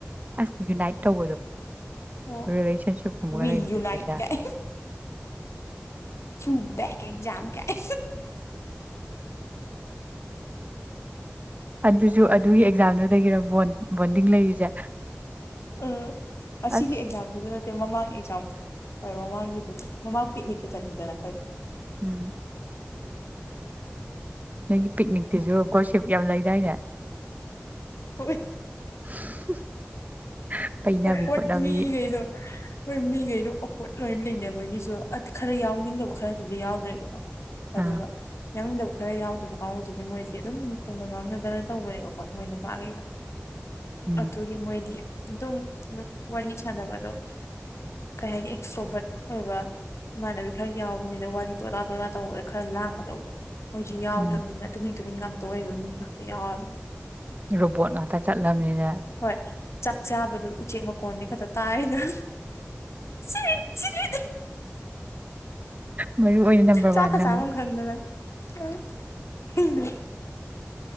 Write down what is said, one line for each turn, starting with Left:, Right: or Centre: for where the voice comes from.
Right: ꯑꯁ ꯌꯨꯅꯥꯏꯠ ꯇꯧꯕꯗꯣ
Left: ꯑꯣ
Right: ꯔꯤꯂꯦꯁꯟꯁꯤꯞ ꯀꯨꯝꯕꯒ
Left: ꯋꯤ
Right: ꯂꯩꯕ
Left: ꯌꯨꯅꯥꯏꯠ
Right: ꯗꯨꯗꯤꯅꯦ
Left: ꯀꯥꯏ ꯊ꯭ꯔꯨ ꯕꯦꯛ ꯑꯦꯛꯖꯥꯝ ꯀꯥꯏ
Right: ꯑꯗꯨꯁꯨ ꯑꯗꯨꯒꯤ ꯑꯦꯛꯖꯥꯝꯗꯨꯗꯒꯤꯔ ꯕꯣꯟꯗꯤꯡ ꯂꯩꯔꯤꯁꯦ
Left: ꯎꯝ ꯑꯁꯤꯒꯤ
Right: ꯑꯁ
Left: ꯑꯦꯛꯖꯥꯝꯁꯤꯗ ꯅꯠꯇꯦ ꯃꯃꯥꯡ ꯍꯣꯏ ꯑꯦꯖꯥꯝ ꯃꯃꯥꯡ ꯃꯃꯥꯡ ꯄꯤꯛꯅꯤꯛ ꯀ ꯆꯠꯂꯤꯗꯅ ꯐ ꯑꯈꯣꯏ꯫
Right: ꯎꯝ ꯅꯣꯏꯒꯤ ꯄꯤꯛꯅꯤꯛꯇꯤꯁꯨ ꯒꯣꯔꯁꯤꯞ ꯌꯥꯝ ꯂꯩ ꯌꯥꯏꯌꯦ
Left: ꯍꯨꯃꯤꯇ
Right: <unintelligible> ꯄꯩꯅꯕꯤ
Left: ꯑꯣꯞꯋꯔꯗ
Right: ꯈꯣꯠꯅꯕꯤ
Left: ꯃꯤꯒꯩꯗꯣ ꯍꯣꯏ ꯃꯤꯈꯩꯗꯣ ꯑꯣꯀꯣꯠ ꯂꯣꯏ ꯂꯩꯅꯕꯒꯤꯁꯨ ꯈꯔ ꯌꯥꯎꯅꯤꯡꯗꯕ ꯈꯔꯗꯨꯗꯤ ꯌꯥꯎꯗꯣꯏꯗꯅꯀꯣ ꯑꯗꯨꯒ
Right: ꯑꯥ
Left: ꯌꯥꯎꯅꯤꯡꯗꯕ ꯈꯔ ꯌꯥꯎꯗꯕ ꯄꯥꯎꯗꯨꯒꯤ ꯃꯣꯏꯁꯦ ꯑꯗꯨꯝ ꯈꯣꯡꯅ ꯉꯥꯡꯅꯗꯅ ꯇꯧꯕꯅꯦꯕꯀꯣ ꯑꯗꯨ ꯃꯣꯏ ꯅꯨꯄꯥꯈꯩꯒ
Right: ꯎꯝ
Left: ꯑꯗꯨꯒꯤ ꯃꯣꯏꯗꯤ ꯑꯗꯨꯝꯝ ꯋꯥꯔꯤ ꯁꯥꯟꯅꯕꯗꯣ ꯀꯩ ꯍꯥꯏꯅꯤ ꯑꯦꯛꯁꯇꯔꯣꯕꯔꯠ ꯑꯣꯏꯕ ꯏꯃꯥꯟꯅꯕꯤ ꯈꯔ ꯌꯥꯎꯕꯅꯤꯅ ꯋꯥꯔꯤꯗꯣ ꯑꯣꯗꯥ ꯇꯣꯗꯥ ꯇꯧꯕꯗ ꯈꯔ ꯂꯥꯡꯒꯗꯧꯕꯗꯣ ꯃꯣꯏꯁꯨ ꯌꯥꯎꯗꯕꯅꯤꯅ
Right: ꯎꯝ
Left: ꯑꯗꯨꯝ ꯍꯦꯛ ꯉꯥꯟꯗ ꯉꯥꯛꯇ ꯑꯣꯏꯕꯅꯤꯅ ꯀꯌꯥꯗ꯫
Right: ꯔꯣꯕꯣꯠ ꯉꯥꯛꯇ ꯆꯠꯂꯝꯕꯅꯤꯅ
Left: ꯍꯣꯏ ꯆꯥꯛ ꯆꯥꯕꯗꯨ ꯎꯆꯦꯛ ꯃꯈꯣꯟꯗꯤ ꯈꯛꯇ ꯇꯥꯏꯗꯅ ꯁꯤ ꯁꯤꯔꯦꯗ
Right: ꯃꯔꯨ ꯑꯣꯏꯅ ꯅꯝꯕꯔ
Left: ꯆꯥꯀ
Right: ꯋꯥꯟ ꯅꯪ
Left: ꯆꯃ ꯈꯪꯗꯔ ꯎꯝ